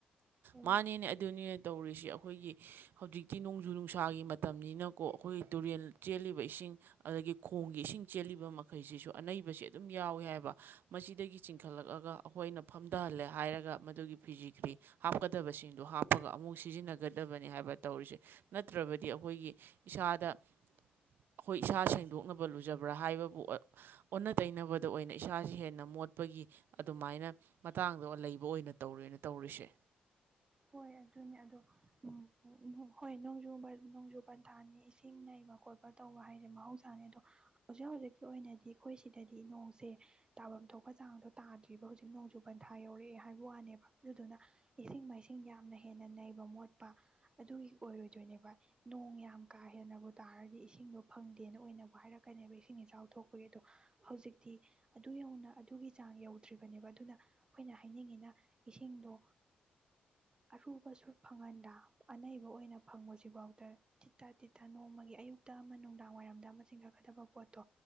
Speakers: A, on the right; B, on the right.
A: ꯑꯣ
B: ꯃꯥꯅꯦꯅꯦ ꯑꯗꯨꯅꯤꯅꯦ ꯇꯧꯔꯤꯁ ꯑꯩꯈꯣꯏꯒꯤ ꯍꯧꯖꯤꯛꯇꯤ ꯅꯣꯡꯖꯨ ꯅꯨꯡꯁꯥꯒꯤ ꯃꯇꯝꯅꯤꯅꯀꯣ ꯑꯩꯈꯣꯏꯒꯤ ꯇꯨꯔꯦꯜ ꯆꯦꯜꯂꯤꯕ ꯏꯁꯤꯡ ꯑꯗꯒꯤ ꯈꯣꯡꯒꯤ ꯏꯁꯤꯡ ꯆꯦꯜꯂꯤꯕ ꯃꯈꯩꯁꯤꯁꯨ ꯑꯅꯩꯕꯁꯤ ꯑꯗꯨꯝ ꯌꯥꯎꯏ ꯍꯥꯏꯕ ꯃꯁꯤꯗꯒꯤ ꯆꯤꯡꯈꯠꯂꯛꯑꯒ ꯑꯩꯈꯣꯏꯅ ꯐꯝꯊꯍꯜꯂꯦ ꯍꯥꯏꯔꯒ ꯃꯗꯨꯒꯤ ꯐꯤꯖꯤꯒ꯭ꯔꯤ ꯍꯥꯞꯀꯗꯕꯁꯤꯡꯗꯣ ꯍꯥꯞꯄꯒ ꯑꯃꯨꯛ ꯁꯤꯖꯤꯟꯅꯒ ꯐꯒꯗꯕꯅꯤ ꯍꯥꯏꯕ ꯇꯧꯔꯤꯁꯦ ꯅꯠꯇ꯭ꯔꯕꯗꯤ ꯑꯩꯈꯣꯏꯒꯤ ꯏꯁꯥꯗ ꯑꯩꯈꯣꯏ ꯏꯁꯥ ꯁꯦꯡꯗꯣꯛꯅꯕ ꯂꯨꯖꯕ꯭ꯔꯥ ꯍꯥꯏꯕꯕꯨ ꯑꯣꯟꯅ ꯇꯩꯅꯕꯗ ꯑꯣꯏꯅ ꯏꯁꯥꯥꯁ ꯍꯦꯟꯅ ꯃꯣꯠꯄꯒꯤ ꯑꯗꯨꯃꯥꯏꯅ ꯃꯇꯥꯡꯗꯣ ꯂꯩꯕ ꯑꯣꯏꯅ ꯇꯧꯔꯦꯅ ꯇꯧꯔꯤꯁꯦ
A: ꯍꯣꯏ ꯑꯗꯨꯅꯦ ꯑꯗꯣ ꯎꯝ ꯍꯣꯏ ꯅꯣꯡꯖꯨ ꯅꯣꯡꯖꯨ ꯄꯟꯊꯥꯅꯤ ꯏꯁꯤꯡ ꯅꯩꯕ ꯈꯣꯠꯄ ꯇꯧꯕ ꯍꯥꯏꯁꯦ ꯃꯍꯧꯁꯥꯅꯦ ꯑꯗꯣ ꯍꯧꯖꯤꯛ ꯍꯧꯖꯤꯛꯀꯤ ꯑꯣꯏꯅꯗꯤ ꯑꯩꯈꯣꯏ ꯁꯤꯗꯗꯤ ꯅꯣꯡꯁꯦ ꯇꯥꯐꯝ ꯊꯣꯛꯄ ꯆꯥꯡꯗꯣ ꯇꯥꯗ꯭ꯔꯤꯕ ꯍꯧꯖꯤꯛ ꯅꯣꯡꯖꯨ ꯄꯟꯊꯥ ꯌꯧꯔꯛꯑꯦ ꯍꯥꯏꯕ ꯋꯥꯅꯦꯕ ꯑꯗꯨꯗꯨꯅ ꯏꯁꯤꯡ ꯃꯩ ꯏꯁꯤꯡ ꯌꯥꯝꯅ ꯍꯦꯟꯅ ꯅꯩꯕ ꯃꯣꯠꯄ ꯑꯗꯨꯒꯤ ꯑꯣꯏꯔꯣꯏꯗꯣꯏꯅꯦꯕ ꯅꯣꯡ ꯌꯥꯝ ꯀꯥ ꯍꯦꯟꯅꯕ ꯇꯥꯔꯗꯤ ꯏꯁꯤꯡꯗꯣ ꯐꯪꯗꯦꯅ ꯑꯣꯏꯅꯕꯨ ꯍꯥꯏꯔꯛꯀꯅꯦꯕ ꯏꯁꯤꯡ ꯏꯆꯥꯎ ꯊꯣꯛꯄꯒꯤ ꯑꯗꯣ ꯍꯧꯖꯤꯛꯇꯤ ꯑꯗꯨ ꯌꯧꯅ ꯑꯗꯨꯒꯤ ꯆꯥꯡ ꯌꯧꯗ꯭ꯔꯤꯕꯅꯦꯕ ꯑꯗꯨꯅ ꯑꯩꯈꯣꯏꯅ ꯍꯥꯏꯅꯤꯡꯉꯤꯅ ꯏꯁꯤꯡꯗꯣ ꯑꯔꯨꯕꯁꯨ ꯐꯪꯍꯟꯗ ꯑꯅꯩꯕ ꯑꯣꯏꯅ ꯐꯪꯕꯁꯤꯐꯥꯎꯗ ꯇꯤꯠꯇ ꯇꯤꯠꯇ ꯅꯣꯡꯃꯒꯤ ꯑꯌꯨꯛꯇ ꯑꯃ ꯅꯨꯡꯗꯥꯡ ꯋꯥꯏꯔꯝꯗ ꯑꯃ ꯆꯤꯡꯈꯠꯀꯗꯕ ꯄꯣꯠꯇꯣ